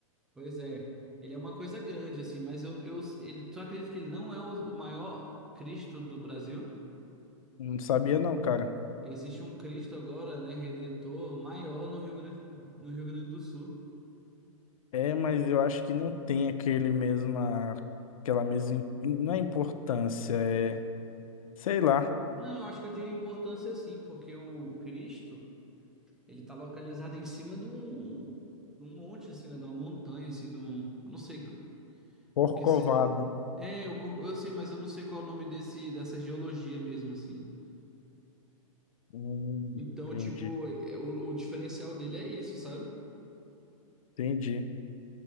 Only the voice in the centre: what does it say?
Pois é. Ele é uma coisa grande, assim, mas eu, eu, ele, tu acredita que ele não é o o maior Cristo do Brasil?
Existe um Cristo agora, né, redentor maior no Rio Grande, no Rio Grande do Sul.
Não, eu acho que eu diria importância sim, porque o Cristo, ele tá localizado em cima de um, de um monte assim, né, de uma montanha assim, de um, eu não sei que-
o que se É, eu, co- eu sei, mas eu não sei qual é o nome desse dessa geologia mesmo assim.
Então,
tipo, é- é- o, o diferencial dele é isso, sabe?